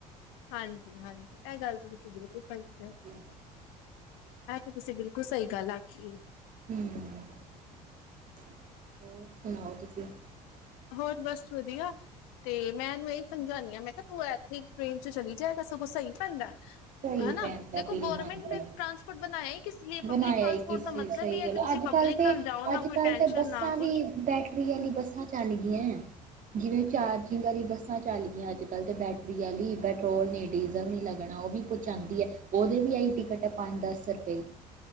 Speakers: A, on the left; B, on the right.
A: ਹਾਂਜੀ, ਹਾਂਜੀ ਇਹ ਗੱਲ ਤਾਂ ਤੁਸੀਂ। <unintelligible>
B: ਹਾਂਜੀ
A: ਆਂ ਤੇ ਤੁਸੀਂ ਬਿਲਕੁਲ ਸਹੀ ਗੱਲ ਆਖੀ ਹੈ।
B: <unintelligible>
A: ਹੋਰ ਬਸ ਵਧੀਆ ਤੇ ਮੈਂ ਇਹਨੂੰ ਇਹੀ ਸਮਝਾਂਦੀ ਹਾਂ ਮੈਂ ਕਿਹਾ ਤੂੰ ਇੱਥੇ ਟ੍ਰੇਨ ਚ ਚਲੀ ਜਾਏਗਾ ਸਗੋਂ ਸਹੀ ਪੈਂਦਾ
B: ਸਹੀ
A: ਹਨਾ
B: ਪੈਂਦਾ
A: ਦੇਖੋ
B: ਬਿਲ
A: ਗਵਰਮੈਂਟ
B: ਹਾਂਜੀ
A: ਨੇ ਟ੍ਰਾਂਸਪੋਰਟ ਬਣਾਇਆ ਹੀ। ਕਿਸ ਲਈ
B: ਬਣਾਇਆ
A: ਪਬਲਿਕ ਟਰਾਂਸਪੋਰਟ
B: ਹੀ ਕਿਸੇ
A: ਦਾ ਮਤਲਬ
B: ਸਹੀ
A: ਹੀ ਹੈ
B: ਗੱਲ
A: ਕਿ ਤੁਸੀਂ
B: ਅੱਜ
A: ਪਬਲਿਕ
B: ਕੱਲ ਤੇ
A: ਨਾਲ ਜਾਓ ਨਾ
B: ਅੱਜ
A: ਕੋਈ
B: ਕੱਲ
A: ਟੈਨਸ਼ਨ
B: ਤੇ ਬੱਸਾਂ
A: ਨਾ
B: ਵੀ
A: ਕੁਛ
B: ਬੈਟਰੀ ਵਾਲੀ ਬੱਸਾਂ ਚੱਲ ਗਈਆਂ ਜਿਵੇਂ ਚਾਰਜਿੰਗ ਵਾਲੀ ਬੱਸਾਂ ਚੱਲ ਗਈਆਂ ਅੱਜ ਕੱਲ੍ਹ ਤਾਂ ਬੈਟਰੀ ਵਾਲੀ ਪੈਟਰੋਲ ਨੀ ਡੀਜ਼ਲ ਨਹੀਂ ਲੱਗਣਾ ਉਹ ਵੀ ਪਹੁੰਚਾਉਂਦੀ ਹੈ ਉਹਦੇ ਵੀ ਆਈ ਟਿਕਟ ਹੈ ਪੰਜ ਦਸ ਰੁਪਏ